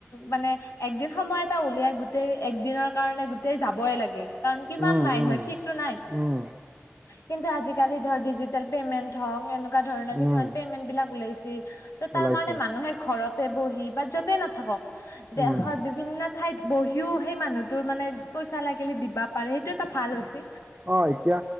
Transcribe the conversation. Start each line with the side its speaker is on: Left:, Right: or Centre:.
Left: মানে একদিন সময় এটা উলিয়াই গোটেই এক দিনৰ কাৰণে গোতেই যাবই লাগে। কাৰণ কি কিমান
Right: উম
Left: লাইন
Right: উম
Left: হয় ঠিক ত নাই।
Right: উম
Left: কিন্তু আজি কালি ধৰ ডিজিটেল পেমেণ্ট হক এনেকোৱা ধৰণৰ কিছুমান
Right: উম
Left: পেমেণ্ট বিলাক ওলাইছে, ত তাৰ
Right: ওলাইছে
Left: কাৰণে মানুহে ঘৰতে বহি য'তে নাথাকক দেশৰ
Right: উম
Left: বিভিন্ন ঠাইত বহিও সেই মানুহটোৰ মানে পইচা লাগিলে দিবা পাৰে, সেইটো এটা ভাল হৈছে।
Right: অ এতিয়া